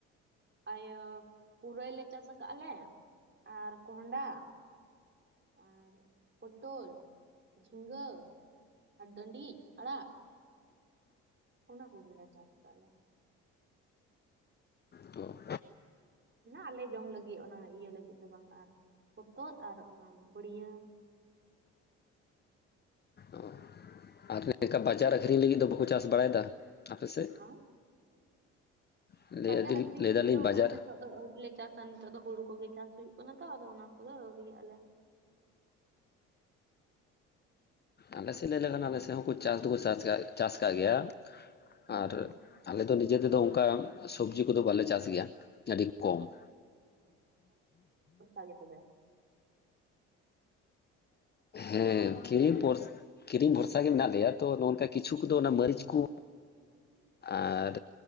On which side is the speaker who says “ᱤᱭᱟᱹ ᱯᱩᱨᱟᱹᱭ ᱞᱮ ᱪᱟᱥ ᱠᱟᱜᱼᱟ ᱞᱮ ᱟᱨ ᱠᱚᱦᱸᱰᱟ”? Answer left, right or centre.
Right